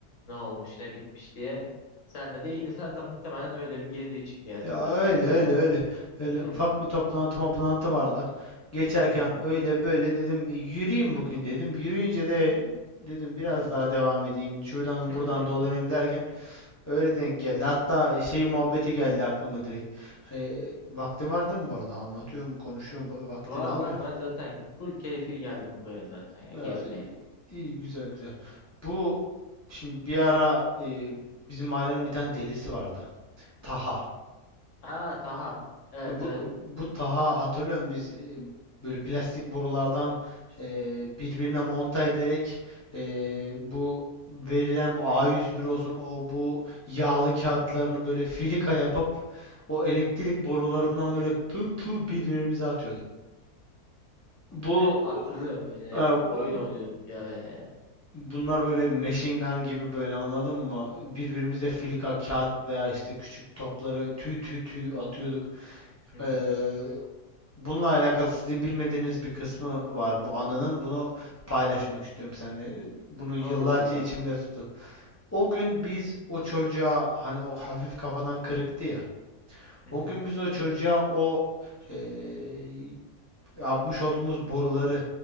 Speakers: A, on the left; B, on the left.
A: Ne olmuş, ne bitmiş diye. Sen de iyi de sen de muhtemelen öyle bir gezi için geldin
B: Ya
A: zaten
B: öyle
A: buraya.
B: öyle öyle. Öyle
A: Hı
B: ufak
A: hı,
B: bir toplantı toplantı vardı. Geçerken
A: hı hı,
B: öyle böyle dedim "E, yürüyeyim bugün dedim. Yürüyünce de dedim biraz
A: hı.
B: daha devam edeyim. Şuradan
A: <laughs>
B: buradan dolanayım derken Öyle denk geldi. Hatta e, şey muhabbeti geldi aklıma direkt. Vakti vaktin var değil mi bu arada? Anlatıyorum, konuşuyorum. Ba- Vaktini
A: Var
B: almayayım.
A: var ben zaten full keyfi geldim buraya zaten ya
B: Ya,
A: gezmeye.
B: iyi, iyi, güzel güzel. Bu şimdi bir ara e, bizim mahallenin bir tane delisi vardı. Taha.
A: Ha Taha. Evet
B: Bu,
A: evet
B: bu Taha hatırlıyorum Biz e, böyle plastik borulardan e, birbirine monta ederek e,
A: Hı hı.
B: bu verilen bu A101 olsun o bu yağlı kağıtlarını böyle filika yapıp o elektrik borularından böyle pı pı birbirimize atıyorduk. Bu
A: Hatırlıyorum böyle
B: e, bu-
A: oyun oynuyorduk ya böyle.
B: bunlar böyle machine gun gibi böyle anladın mı? Birbirimize filika kağıt veya işte küçük topları tüy tüy tüy atıyorduk.
A: Hı
B: Eee,
A: hı.
B: Bununla alakalı sizin bilmediğiniz bir kısmı var bu anının. Bunu paylaşmak istiyorum seninle. Bunu yıllarca
A: Allah Allah.
B: içimde tutup. O gün biz o çocuğa hani o hafif kafadan kırıktı ya.
A: Hı
B: O
A: hı.
B: gün biz o çocuğa o eee, yapmış olduğumuz boruları